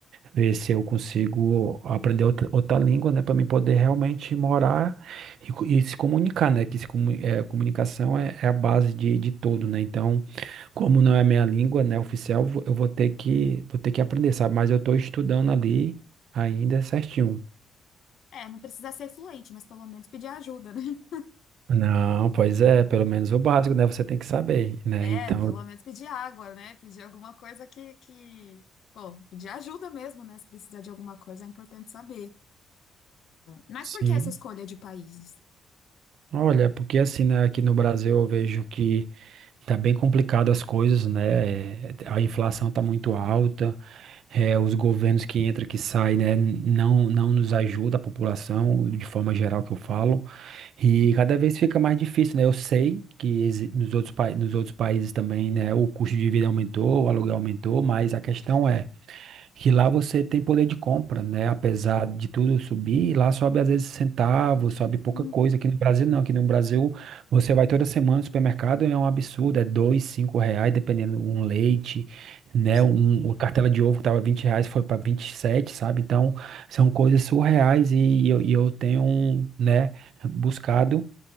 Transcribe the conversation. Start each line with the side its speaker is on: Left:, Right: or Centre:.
Right: ver se eu consigo aprender outra, outra língua, né, para mim poder realmente morar e, co- e se comunicar, né, que se, comu- é, comunicação é, é a base de, de tudo, né, então, como não é a minha língua, né, oficial, vo- eu vou ter que, vou ter que aprender, sabe, mas eu estou estudando ali ainda certinho.
Left: É, não precisa ser fluente, mas pelo menos pedir ajuda, né? <laughs>
Right: Não, pois é, pelo menos o básico, né, você tem que saber, né,
Left: É,
Right: então,
Left: pelo menos pedir água, né? Pedir alguma coisa que, que... Pô, pedir ajuda mesmo, né? Se precisar de alguma coisa, é importante saber. Mas
Right: Sim.
Left: por que essa escolha de países?
Right: Olha, porque assim, né, aqui no Brasil eu vejo que tá bem complicado as coisas, né? eh, A inflação tá muito alta, eh, os governos que entram, que saem, né, não, não nos ajuda a população, de forma geral que eu falo, e
Left: Sim,
Right: cada vez fica mais difícil, né? Eu sei que exi- nos outros, pa- nos outros países também, né, o custo de vida aumentou, o aluguel aumentou, mas a questão é que lá você tem poder de compra, né? Apesar de tudo subir, lá sobe às vezes centavos, sobe pouca
Left: uhum,
Right: coisa. Aqui no Brasil não, aqui no Brasil você vai toda semana no supermercado e é um absurdo, é dois, cinco reais, dependendo um leite, né?
Left: sim.
Right: Um, uma cartela de ovo que tava 20 reais foi para 27, sabe? Então são coisas surreais e, eu, e eu tenho, um, né, buscado